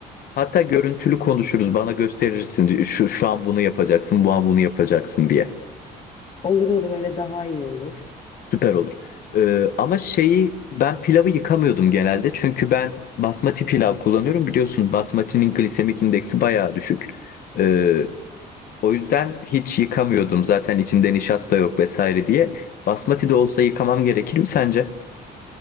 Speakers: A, on the left; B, on the left.
A: Hatta görüntülü konuşuruz, bana gösterirsin şu, şu an bunu yapacaksın, bu an bunu yapacaksın diye.
B: Olur olur öyle daha iyi olur.
A: Süper olur. Ee, ama şeyi ben pilavı yıkamıyordum genelde. Çünkü ben basmati pilav kullanıyorum. Biliyorsun basmatinin glisemik indeksi bayağı düşük. Ee, o yüzden hiç yıkamıyordum. Zaten içinde nişasta yok vesaire diye. Basmati de olsa yıkamam gerekir mi sence?